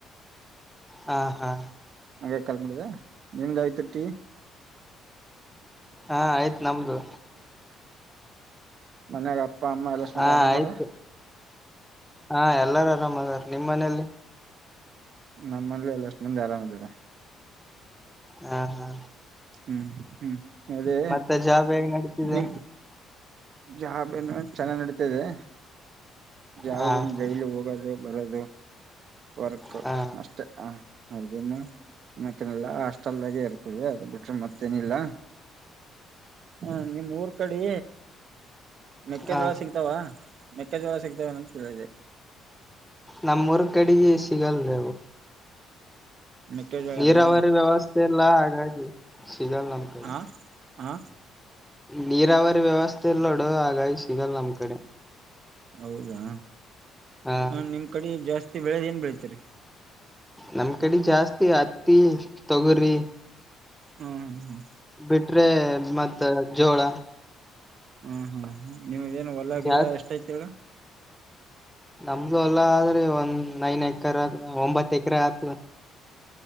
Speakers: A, in the centre; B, on the right.
A: ಹಾ ಹಾ.
B: ಹಂಗೆ ಕಾಲ್ ಮಾಡ್ದೆ. ನಿಮ್ದ್ ಆಯ್ತಾ ಟೀ?
A: ಹಾ ಆಯ್ತ್ ನಮ್ದು.
B: ಮನೇಗಾ? ಅಪ್ಪ ಅಮ್ಮ ಎಲ್ಲಾ ಚೆನ್ನಾಗಿದ್ದಾರಾ
A: ಹಾ
B: ಅಮ್ಮಾವರೇ?
A: ಆಯ್ತು ಹಾ <unintelligible> ಎಲ್ಲಾರು ಆರಾಮ್ ಅದಾರ್. ನಿಮ್ ಮನೆಯಲ್ಲಿ?
B: ನಮ್ ಮನೇಲೂ ಎಲ್ಲಷ್ಟ್ ಮಂದಿ ಆರಾಮ್ ಇದಾರೆ.
A: ಹಾ ಹಾ.
B: ಹ್ಮ್ ಹ್ಮ್. ಅದೇ
A: ಮತ್ತೆ ಜಾಬ್ ಹೆಂಗ್ ನಡೀತಿದೆ?
B: ನಿಮ್ ಜಾಬ್ ಏನೋ ಚೆನ್ನಾಗ್ ನಡೀತಿದೆ. ಜಾಬ್ಗೇನ್
A: ಹಾ ಹಾ
B: ಡೈಲಿ ಹೋಗೋದು? ಬರೋದು? ವರ್ಕ್
A: ಹಾ
B: ಅಷ್ಟೇ ಹಾ ಅರ್ಜುನ ಮತ್ತ್ ತಿನಲ್ಲ ಹಾಸ್ಟೆಲ್ದಾಗೆ ಇರ್ತಿವಿ. ಅದ್ ಬಿಟ್ರೆ ಮತ್ತೇನಿಲ್ಲ. ಹಾ ನಿಮ್ ಊರ್ ಕಡಿ ಮೆಕ್ಕೆಜೋಳ
A: ಹ
B: ಸಿಗ್ತಾವ? ಮೆಕ್ಕೆಜೋಳ ಸಿಕ್ತಾವೇನಂತ ಕೇಳಿದೆೆ.
A: ನಮ್ಮೂರ್ ಕಡಿಗಿ ಸಿಗಲ್ರಿ ಅವು
B: ಮೆಕ್ಕೆಜೋಳನ
A: ನೀರಾವರಿ ವ್ಯವಸ್ಥೆ ಇಲ್ಲ ಹಾಗಾಗಿ ಸಿಗಲ್ಲ ನಮ್ ಕಡೆ
B: ಹಾ ಹಾ.
A: ನೀರಾವರಿ ವ್ಯವಸ್ಥೆ ಇಲ್ನೋಡು ಹಾಗಾಗಿ ಸಿಗಲ್ಲ ನಮ್ ಕಡೆ
B: ಹೌದಾ?
A: ಹ
B: ಹಾ ನಿಮ್ ಕಡಿ ಜಾಸ್ತ್ ನೀವ್ ಬೆಳೆಗೆ ಏನ್ ಬೆಳಿತೀರಿ?
A: ನಮ್ ಕಡಿ ಜಾಸ್ತಿ ಹತ್ತಿ ತೊಗರಿ
B: ಹ್ಮ್ಮ್.
A: ಬಿಟ್ರೆ ಮಾತಾಡೋದ್ ಜೋಳ
B: ಹ್ಮ್ ಹ್ಮ್ ಹ್ಮ ನಿಮಗೇನ್ ಹೊಲಗಿಲಾ
A: ಜಾಸ್ತಿ
B: ಎಷ್ಟ್ ಐತ್ ಹೇಳ
A: ನಮ್ದು ಎಲ್ಲ ಆದ್ರೆ ಒಂದ್ ನೈನ್ ಎಕರೆ ಒಂಬತ್ತು ಎಕರೆ ಆಗ್ತದ